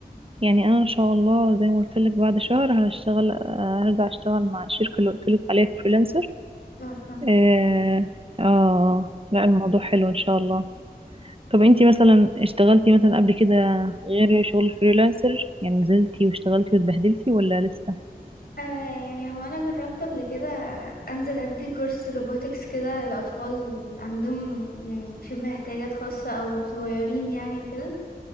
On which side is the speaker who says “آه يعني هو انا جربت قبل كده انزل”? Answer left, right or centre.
Left